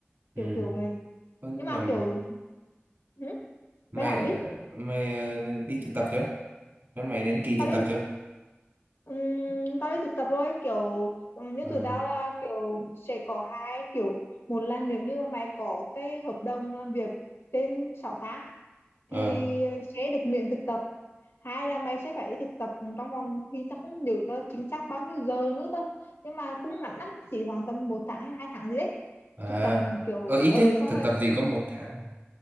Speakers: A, on the right; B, on the left.
A: ừ
B: kiểu kiểu vậy
A: Ơ, nhưng
B: nhưng mà
A: mà
B: kiểu hử?
A: mày
B: mày hỏi đi
A: ờ, mày ờ, đi thực tập chưa? Thế mày đến kỳ
B: tao
A: thực
B: đi
A: tập chưa?
B: ừm, tao đi thực tập rồi kiểu ừm, như
A: Ờ
B: tụi tao là kiểu sẽ có hai kiểu một là nếu như mà mày có cái hợp đồng làm việc trên 6 tháng
A: ờ
B: thì ờ, sẽ được miễn thực tập hai là mày sẽ phải thực tập trong vòng khi tao không nhớ tao chính xác bao nhiêu giờ nữa thôi nhưng mà cũng ngắn lắm chỉ khoảng tầm một tháng hay hai tháng gì đấy
A: à
B: thực tập kiểu
A: ờ ít
B: ờ
A: thế
B: ừ, xong
A: thực
B: rồi
A: tập gì có một tháng à?